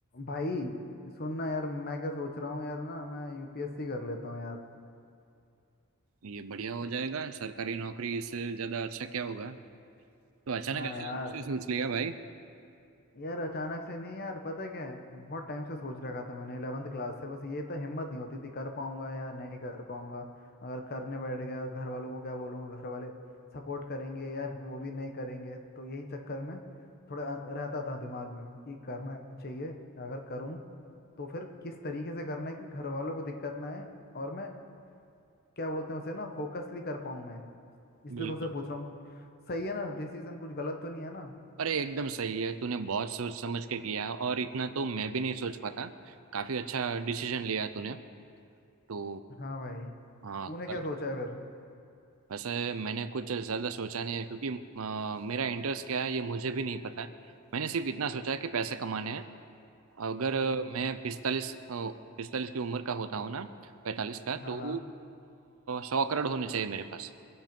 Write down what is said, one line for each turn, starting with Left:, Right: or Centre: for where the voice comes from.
Left: भाई सुनना यार मैं क्या सोच रहा हूँ यार ना मैं यूपीएससी कर लेता हूँ यार
Right: ये बढ़िया हो जाएगा सरकारी नौकरी इससे ज्यादा अच्छा क्या होगा तो अचानक
Left: हाँ
Right: ऐसे
Left: यार
Right: कैसे सोच लिया भाई
Left: यार अचानक से नहीं यार पता है क्या है बहुत टाइम से सोच रखा था मैंने 11th क्लास से बस ये तो हिम्मत नहीं होती थी कर पाऊंगा या नहीं कर पाऊंगा अगर करने बैठ गया घर वालों को क्या बोलूंगा घर वाले सपोर्ट करेंगे या वो भी नहीं करेंगे तो यही चक्कर में थोड़ा अ- रहता था दिमाग में कि करना चाहिए अगर करूँ तो फिर किस तरीके से करना है कि घर वालों को दिक्कत ना आए और मैं क्या बोलते हैं उसे ना फोकसली कर पाऊँ मैं इसलिए
Right: बिल्कुल
Left: तो से पूछ रहा हूँ सही है ना डिसीजन कुछ गलत तो नहीं है ना
Right: अरे एकदम सही है तूने बहुत सोच समझ के किया और इतना तो मैं भी नहीं सोच पाता काफी अच्छा डिसीजन लिया तूने तो
Left: हाँ भाई
Right: हाँ
Left: तूने क्या
Right: कर
Left: सोचा है फिर
Right: वैसे मैंने कुछ ज़्यादा सोचा नहीं है क्योंकि अ, मेरा इंटरेस्ट क्या है ये मुझे भी नहीं पता है मैंने सिर्फ इतना सोचा है कि पैसे कमाने हैं अगर अ,
Left: हम्म
Right: मैं पिस्तालीस पिस्तालीस की उम्र का होता हूँ ना पैंतालीस का
Left: हाँ
Right: तो
Left: हाँ
Right: सौ करोड़ होने चाहिए मेरे पास